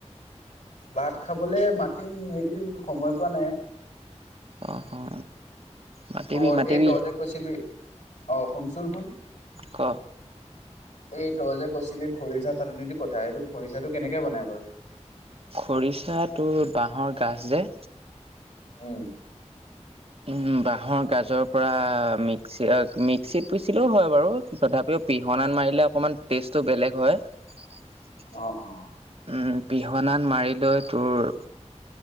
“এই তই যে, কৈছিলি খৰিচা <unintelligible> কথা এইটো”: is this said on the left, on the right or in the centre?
Left